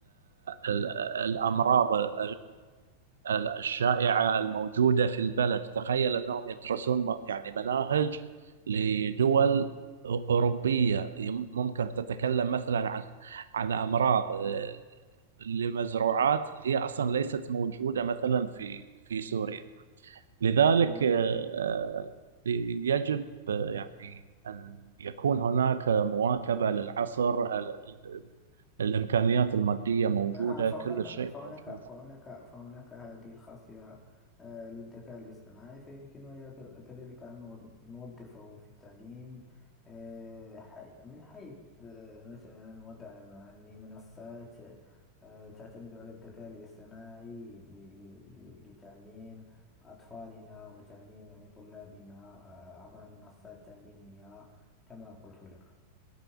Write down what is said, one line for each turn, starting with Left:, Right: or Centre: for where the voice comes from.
Right: ال- الأمراض ال- ال- الشائعة الموجودة في البلد تخيل أنهم يدرسون م- يعني مناهج لدول أوروبية يم- ممكن تتكلم مثلا عن عن أمراض آه، لمزروعات هي أصلا ليست موجودة مثلا في في سوريا لذلك
Left: تمام
Right: آه، آه، يجب آه، يعني أن يكون هناك مواكبة للعصر ال- ال- الإمكانيات المادية موجودة
Left: نعم فهناك
Right: كل شيء
Left: فهناك
Right: موجود
Left: فهناك فهناك هذه الخاصية آه، للذكاء الاصطناعي فيمكننا ك- كذلك أن نوض- نوظفه في التعليم آه، حي- من حيث آه، مثلا وضع يعني منصات آه، تعتمد على الذكاء الاصطناعي ل- ل- ل- لتعليم أطفالنا وتعليم يعني طلابنا آه، عبر منصات تعليمية كما قلت لك